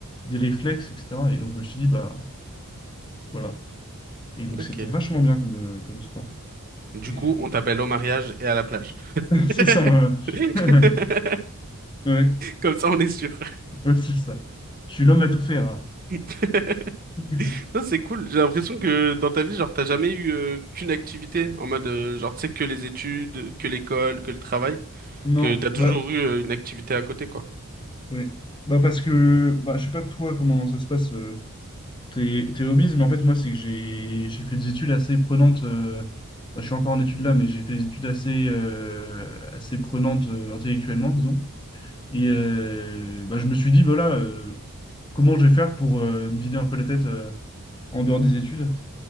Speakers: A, on the left; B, on the right.
A: des réflexes, etc. Et donc, je me suis dit, bah, Voilà. Et donc,
B: Ok.
A: c'était vachement bien comme, euh, comme sport.
B: Du
A: Et
B: coup,
A: j'ai-
B: on t'appelle au mariage et à la plage.
A: <laughs> C'est
B: <laughs>
A: ça, voilà. <laughs> Ouais,
B: Comme ça, on est sûr.
A: ouais, c'est ça. Je suis l'homme à tout faire. hein.
B: <laughs>
A: <laughs>
B: Non, c'est cool. J'ai l'impression que dans ta vie, genre, t'as jamais eu euh, qu'une activité en mode, euh, genre, tu sais, que les études, que l'école, que le travail,
A: Non,
B: que t'as toujours
A: bah,
B: eu euh, une activité à côté, quoi.
A: ouais. Bah, parce que, bah, je sais pas toi comment ça se passe, euh, tes, tes hobbies, mais en fait, moi, c'est que j'ai j'ai fait des études assez prenantes. euh, bah, je suis encore en études là, mais j'ai fait des études assez, euh, assez prenantes euh, intellectuellement, disons. Et euh, bah, je me suis dit, voilà, euh, comment je vais faire pour euh, me vider un peu la tête euh, en dehors des études?